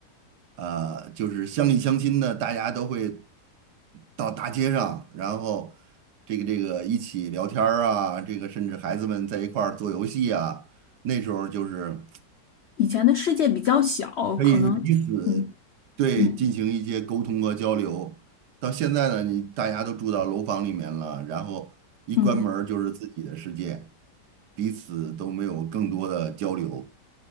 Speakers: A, on the right; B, on the left.
A: 呃，就是乡里乡亲的，大家都会到大街上，然后这个这个一起聊天儿啊，这个甚至孩子们在一块儿做游戏啊，那时候就是
B: 以前的世界比较小，
A: 可以彼此对进行一些沟通和交流。
B: 可能，嗯嗯
A: 到现在呢，你大家都住到楼房里面了，然后一关门儿就是自己的世界，
B: 嗯，
A: 彼此都没有更多的交流。